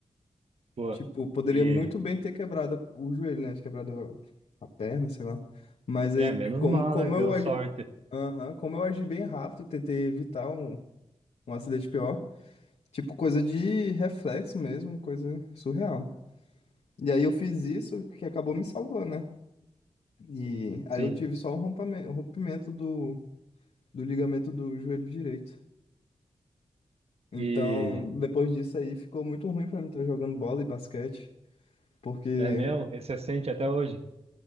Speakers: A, on the right; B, on the left.
A: pô.
B: Tipo, poderia
A: E,
B: muito bem ter quebrado a- o joelho, né? Quebrado a a perna, sei lá. Mas aí,
A: é, menos
B: como,
A: mal,
B: como
A: né? Deu
B: eu agi,
A: sorte.
B: Aham, como eu agi bem rápido, tentei evitar um, um acidente pior. Tipo, coisa de reflexo mesmo, coisa surreal. E aí eu fiz isso que acabou me salvando, né? E aí
A: Sim.
B: eu tive só um rompamento, rompimento do, do ligamento do joelho direito. Então,
A: E,
B: depois disso aí, ficou muito ruim pra mim estar jogando bola e basquete. Porque
A: é mesmo? E você sente até hoje?